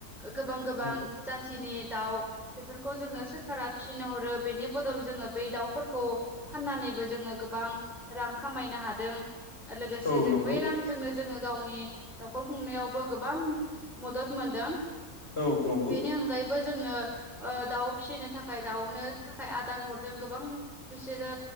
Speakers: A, in the centre; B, on the left.
A: गोबां गोबां
B: औ
A: जाथिनि दाउ बेफोरखौ जोंनो सोरखारा फिसिनो हरो। बेनि बदल जोङो बै दाउफोरखौ फाननानैबो जोङो गोबां रां खामायनो हादों लोगोसे
B: औ
A: जों
B: नंगौ
A: बै रांजोंनो जोङो गावनि न'खर खुंनायावबो गोबां मदद मोनदों
B: औ नंगौ
A: बेनि अनगायैबो जोंनो दाउ फिसिनो थाखाय दाउनो थाखाय आदार हरदों गोबां बिसोरो